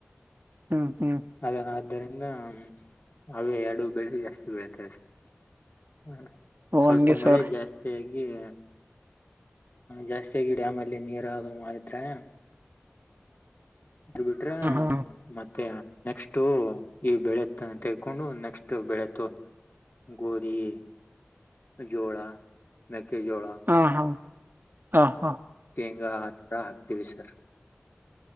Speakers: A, on the right (about 50°); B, on the left (about 50°).
A: ಹ್ಮ್ ಹ್ಮ್
B: ಅದ ಆದರ ಹ ಅವೇ ಎರಡು ಬೆಳೆಗ್ ಜಾಸ್ತಿ ಬೆಳತವೆ <unintelligible> ಹ್ಮ
A: ಓ
B: ಸ್ವಲ್ಪ
A: ಹಂಗೆ
B: ಮಳೆ
A: ಸರ್
B: ಜಾಸ್ತಿ ಐ ಈಗ ಜಾಸ್ತಿ ಆಗೈತ್ ಡ್ಯಾಮ್ ಅಲ್ಲಿ ನೀರ್ ಆದ್ರೂನು ಐತಾ ಬಿಡ್ಬಿಟ್ರ
A: ಹಾ ಹಾ
B: ಮತ್ತೆ ನೆಕ್ಸ್ಟ್ ಈ ಬೆಳೆತ್ತನ್ನ ತೆೆಗೆಕೊಂಡು ನೆಕ್ಸ್ಟ್ ಬೆಳೆತ್ತು ಗೋದಿ ಜೋಳ ಮೆಕ್ಕೆ ಕೆ ಜೋಳಾ
A: ಹಾ ಹಾ ಹಾ ಹಾ
B: ಈಗ ಆತರ ಹಾಕ್ತೀವಿ ಸರ್